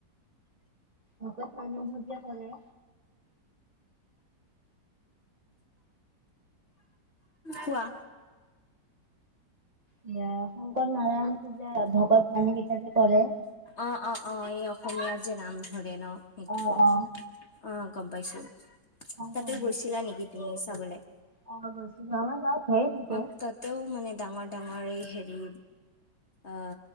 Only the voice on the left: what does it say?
কোৱা,
অ অ' এই অসমীয়াৰ যে নাম ধৰে, ন সেইটো
অ' গম পাইছোঁ।
তাতে গৈছিলা নেকি? তেতি চাবলৈ
অ তাতেও মানে ডাঙৰ ডাঙৰ হেৰি অ